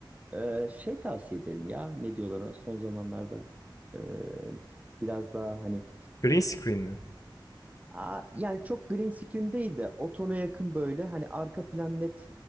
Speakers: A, on the right; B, on the left.
A: Ee, şey tavsiye ederim ya. Ne diyorlar ona son zamanlarda? Ee, biraz daha hani
B: Green screen mi?
A: Aa, yani çok green screen değil de o tona yakın böyle hani arka plan net